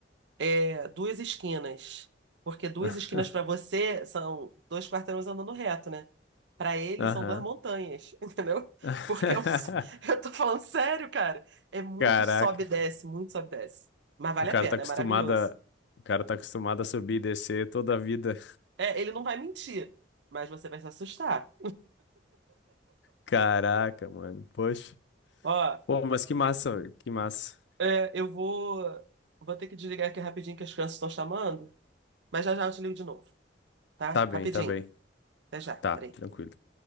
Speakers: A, on the right; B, on the left.
A: é, duas esquinas. Porque duas
B: <laughs>
A: esquinas pra você são dois quarteirões andando reto, né? Pra ele
B: Aham.
A: são duas montanhas, <laughs> entendeu?
B: <laughs>
A: Porque eu, eu tô falando sério, cara. É muito
B: Caraca,
A: sobe e desce, muito sobe e desce. Mas vale
B: o cara
A: a pena,
B: tá acostumado
A: é maravilhoso.
B: a, o cara tá acostumado a subir e descer toda a vida.
A: É, ele não vai mentir, mas você vai se assustar.
B: Caraca, mano. Poxa.
A: Ó.
B: Pô, mas que massa, que massa.
A: É, eu vou, vou ter que desligar aqui rapidinho que as crianças estão chamando, mas já já eu te ligo de novo, tá?
B: Tá bem,
A: Rapidinho.
B: tá bem.
A: Até já,
B: Tá,
A: peraí.
B: tranquilo.